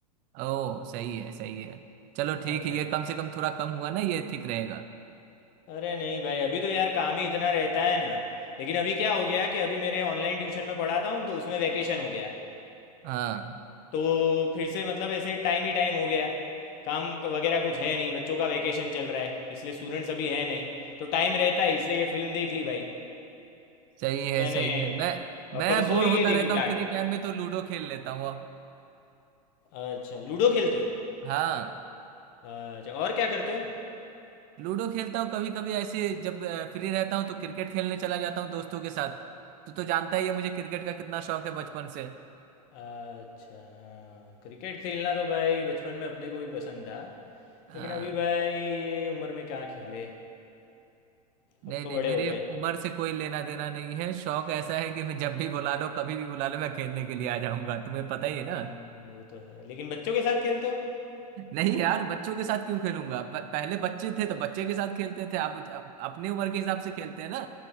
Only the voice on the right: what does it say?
ओ सही है सही है चलो
ठीक है
ये कम से कम थोड़ा कम हुआ ना ये ठीक रहेगा
हाँ
सही है
सही है मैं
मैं
बोर
होता
रहता हूँ
फ्री टाइम में तो लूडो खेल लेता हूँ
हाँ
लूडो खेलता हूँ कभी कभी ऐसे जब फ्री रहता हूँ तो क्रिकेट खेलने चला जाता हूँ दोस्तों के साथ तो तो जानता ही है मुझे क्रिकेट का कितना शौक है बचपन से
हाँ,
नहीं
नहीं
मेरी
उम्र से कोई लेना देना नहीं है शौक ऐसा है कि मैं जब भी बुला लो कभी भी बुला लो मैं खेलने के लिए आ जाऊंगा तुम्हें पता ही
है ना
नहीं यार बच्चों के साथ क्यों खेलूंगा प- पहले बच्चे थे तो बच्चे के साथ खेलते थे आप आप अपनी उम्र के हिसाब से खेलते हैं ना